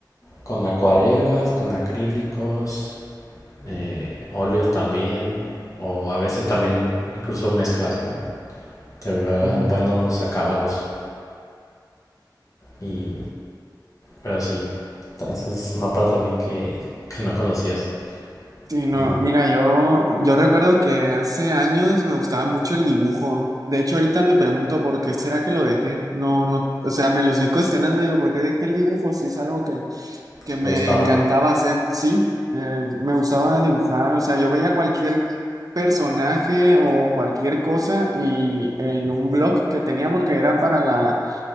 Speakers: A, on the left (about 45°); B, on the right (about 50°).
A: con acuarelas, con acrílicos, eh, óleos también, o a veces también incluso mezclas, ¿no? Te logran
B: Ujú.
A: buenos acabados. Y, pero sí, ta- esa es una parte de mí que, que no conocías
B: Sí, no,
A: y
B: mira, yo, yo recuerdo que hace años me gustaba mucho el dibujo. De hecho, ahorita me pregunto por qué será que lo dejé. No, no, o sea, me lo estoy cuestionando, digo, ¿por qué dejé el dibujo? Si es algo que, que
A: que
B: me
A: te gustaba.
B: encantaba hacer. Sí, eh, me gustaba dibujar, o sea, yo veía cualquier personaje o cualquier cosa y en un blog que tenía porque era para la